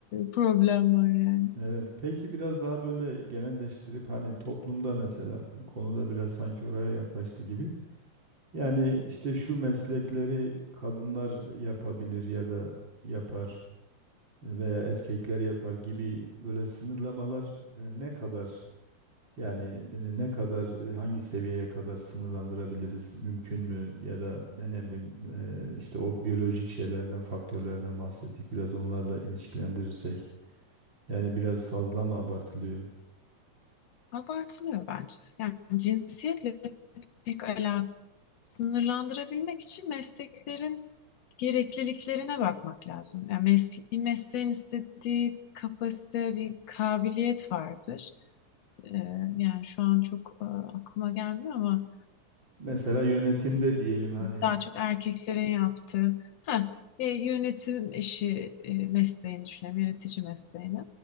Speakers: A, on the left; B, on the right.
A: problem var yani.
B: Evet, peki biraz daha böyle genelleştirip hani toplumda mesela konuda biraz sanki oraya yaklaştı gibi. Yani işte şu meslekleri kadınlar yapabilir ya da yapar veya erkekler yapar gibi böyle sınırlamalar e, ne kadar yani e, ne kadar e, hangi seviyeye kadar sınırlandırabiliriz mümkün mü ya da ben ne bileyim e, işte o biyolojik şeylerden faktörlerden bahsettik biraz onlarla ilişkilendirirsek yani biraz fazla mı abartılıyor?
A: Abartılıyor bence. Yani cinsiyetle pek alakalı. Sınırlandırabilmek için mesleklerin gerekliliklerine bakmak lazım. Yani mesle bir mesleğin istediği kapasite, bir kabiliyet vardır. Ee, yani şu an çok e, aklıma gelmiyor ama
B: Mesela yönetimde diyelim hani
A: daha çok erkeklerin yaptığı ha e, yönetim işi e, mesleğini düşünelim yönetici mesleğini.